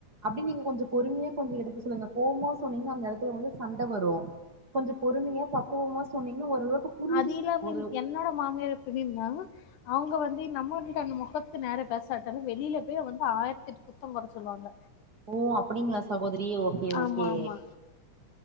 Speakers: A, on the right; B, on the left.
A: அப்டின் நீங்க கொஞ்ச பொறுமையா கொஞ்ச எடுத்து சொல்லுங்க கோவ்மா சொன்னீங்னா அந்த எடத்துல வந்து சண்ட வரும் கொஞ்ச பொறுமையா பக்குவமா சொன்னீங்னா ஓரளவுக்கு புரிஞ்சு
B: அதி இல்லாமங்
A: ஒரு
B: என்னோட மாமியார் எப்டின்னா அவங்க வந்து நம்மகிட்ட அந்த மொகத்துக்கு நேரா பேசாட்டாலும் வெளியில போய் வந்து ஆயிரத்தெட் குத்தம் கொர சொல்லுவாங்க
A: ஓ அப்டிங்களா சகோதரி ஓகே
B: ஆமா
A: ஓகே
B: ஆமா